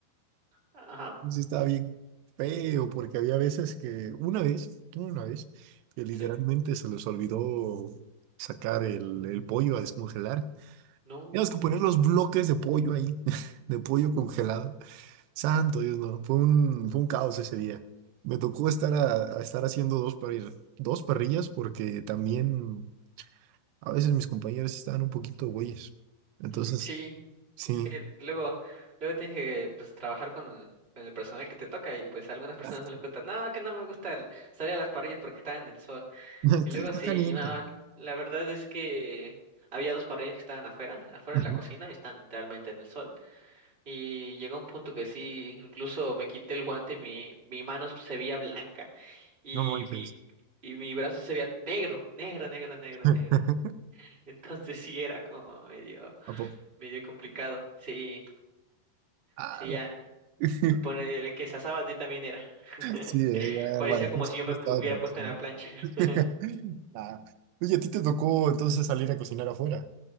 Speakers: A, on the right; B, on the right.
A: ajá,
B: Entonces sí estaba bien feo, porque había veces que, una vez, una vez, que literalmente
A: sí,
B: se les olvidó sacar el, el pollo a descongelar.
A: no,
B: Teníamos que poner los bloques de pollo ahí, <laughs> de pollo congelado. Santo Dios, no. Fue un, fue un caos ese día. Me tocó estar, a, a estar haciendo dos, parri- dos parrillas porque también a veces mis compañeros sí estaban un poquito güeyes. Entonces,
A: <laughs> sí.
B: sí.
A: Es que luego, luego tienes que pues trabajar con, con el personal que te toca y pues a algunas personas
B: <laughs>
A: no les gusta. No, que no me gusta el- salir a las parrillas porque está en el sol.
B: Está,
A: Y luego
B: está
A: sí,
B: caliente.
A: no, la verdad es que había dos parrillas que estaban afuera, afuera
B: Ujú.
A: de la cocina, están literalmente en el sol. Y llegó un punto que sí, incluso me quité el guante, y mi, mi mano se veía blanca y
B: No manches.
A: mi, y mi brazo se veía negro, negro, negro, negro,
B: <laughs>
A: negro. <laughs> Entonces sí era como medio,
B: ¿A poco?
A: medio complicado. Sí,
B: ¡Hala!
A: sí, ya.
B: <laughs>
A: Me pone el que se asaba ti también era. <laughs>
B: Sí, eh, ya
A: Parecía
B: parecía
A: como
B: que
A: si yo me
B: no
A: pu-
B: estaba
A: hubiera
B: en
A: puesto
B: el cine.
A: en la plancha.
B: <laughs>
A: <laughs>
B: Nah. Oye, a ti te tocó entonces salir a cocinar afuera.